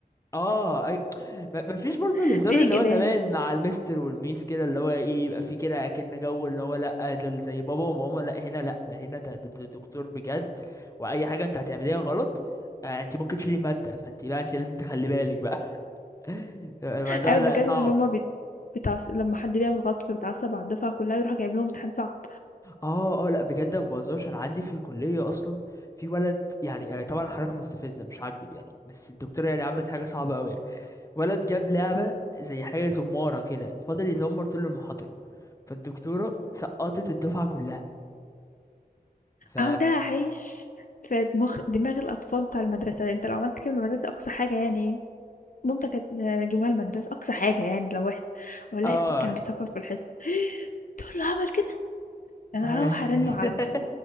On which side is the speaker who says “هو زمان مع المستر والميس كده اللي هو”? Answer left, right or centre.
Left